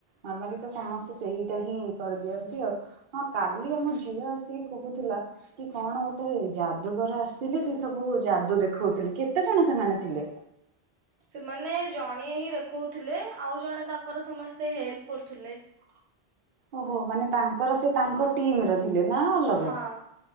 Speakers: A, on the right; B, on the right.
A: ନର୍ମାଲି ତ ସମସ୍ତେ ସେଇଟା ହିଁ କରିଦିଅନ୍ତି ଆଉ ହଁ କାଲି ଆମ ଝିଅ ଆସିକି କହୁଥିଲା କି କଣ ଗୋଟେ ଯାଦୁଗର ଆସିଥିଲେ ସେ ସବୁ ଯାଦୁ ଦେଖଉଥିଲେ କେତେ ଜଣ ସେମାନେ ଥିଲେ।
B: ସେମାନେ ଜଣିଏ ହିଁ ଦେଖଉଥିଲେ ଆଉ ଜଣେ ତାଙ୍କର ସମସ୍ତେ ହେଲ୍ପ କରୁଥିଲେ।
A: ଓହୋ ମାନେ ତାଙ୍କର ସେ ତାଙ୍କ ଟିମ ର। ଥିଲେ ନା ଅଲଗା।
B: ହଁ